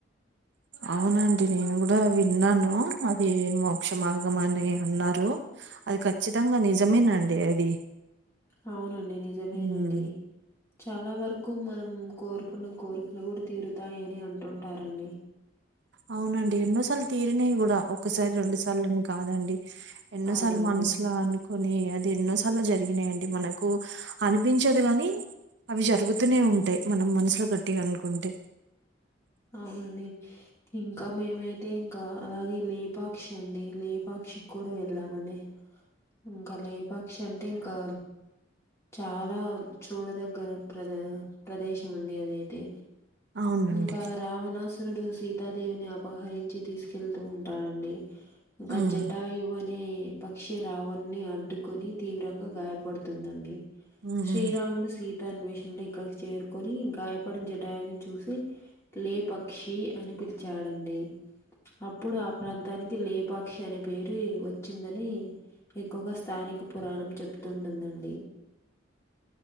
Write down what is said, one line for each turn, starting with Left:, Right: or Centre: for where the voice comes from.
Right: అవునండి నేను కూడా విన్నాను, అది మోక్ష మార్గం అని అన్నారు. అది ఖచ్చితంగా నిజమేనానండి అది.
Left: అవునండి నిజమేనండి.
Right: ఉమ్,
Left: చాలా వరకు మనం కోరుకున్న కోరికలు కూడా తీరుతాయి అని అంటుంటారండి.
Right: అవునండి ఎన్నోసార్లు తీరినయి కూడా. ఒక్కసారి రెండు సార్లని కాదండి. ఎన్నోసార్లు
Left: అవునండి
Right: మనసులో అనుకో కొన్ని అది ఎన్నోసార్లు జరిగినయండి మనకు అనిపించదు కని అవి జరుగుతూనే ఉంటయి మనం మనసుల గట్టిగా అనుకుంటే.
Left: అవునండి ఇంకా మేమైతే ఇంకా అలాగే లేపాక్షి అండి లేపాక్షి కి కూడా వెళ్ళామండి. ఇంకా లేపాక్షి అంటే ఇంకా చాలా చూడదగ్గ ప్రద ప్రదేశం అండి అదైతే.
Right: అవునండి
Left: ఇంకా రావణాసురుడు సీతాదేవిని అ అపహరించి తీసుకెళ్తూ ఉంటాడండి, ఇంకా
Right: ఉమ్,
Left: జటాయు అని నే పక్షి రావణున్ని అడ్డుకొని తీవ్రంగా గాయపడుతుందండి.
Right: ఉమ్,
Left: శ్రీరాముడు సీత అన్వేషణలో ఇక్కడికి చేరుకొని గాయపడిన జటాయువుని చూసి లే పక్షి అని పిలిచాడండి. అప్పుడు ఆ ప్రాంతానికి లేపాక్షి అనే పేరు వచ్చిందని ఎక్కువగా స్థానిక పురాణం చెప్తుంటుందండి.